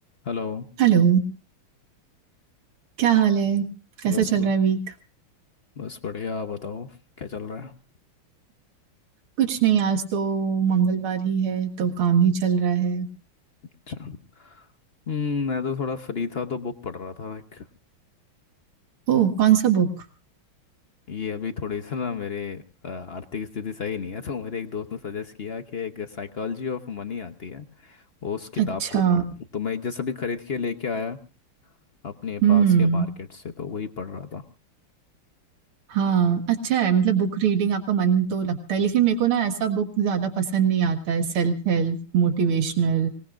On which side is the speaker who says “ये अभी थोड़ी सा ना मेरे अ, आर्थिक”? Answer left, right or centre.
Left